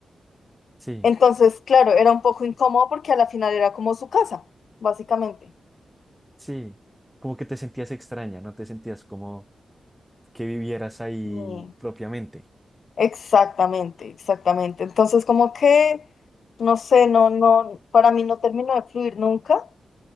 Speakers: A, in the centre; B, on the left.
A: sí,
B: Entonces, claro, era un poco incómodo porque a la final era como su casa, básicamente.
A: sí, como que te sentías extraña, no te sentías como que vivieras ahí
B: Y-
A: propiamente.
B: Exactamente, exactamente. Entonces, como que, no sé, no, no, para mí no terminó de fluir nunca.